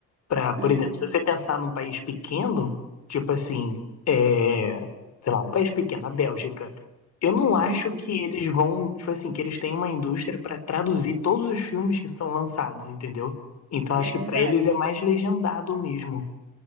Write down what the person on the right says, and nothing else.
hum,
uhum.
É verdade.